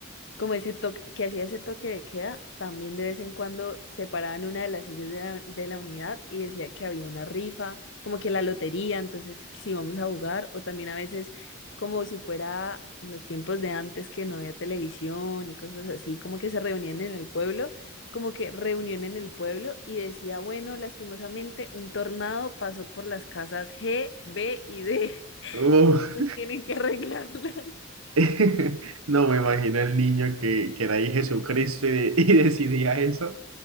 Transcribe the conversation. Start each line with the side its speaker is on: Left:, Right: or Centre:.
Left: como ese toque, que hacía ese toque de queda, también de vez en cuando se paraba en una de las sillas de la, de la unidad y decía que había una rifa, como que la lotería, entonces si vamos a jugar, o también a veces como si fuera en los tiempos de antes que no había televisión y cosas así, como que se reunían en el pueblo, como que reunión en el pueblo y decía, bueno, lastimosamente un tornado pasó por las casas G, B y D, <laughs>
Right: Uf.
Left: entonces tienen que arreglarla. <laughs>
Right: <laughs> No me imagino el niño que, que era ahí Jesucristo y, de- y decidía eso.